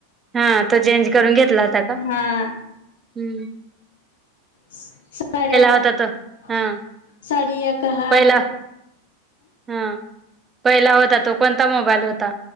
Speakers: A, on the right; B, on the left.
A: हा तो चेंज करून घेतला होता का,
B: हा
A: हम्
B: स-साडे अकरा
A: होता तो हा
B: साडे अकरा ह-हजार
A: पहिला हा पहिला होता तो कोणता मोबाईल होता.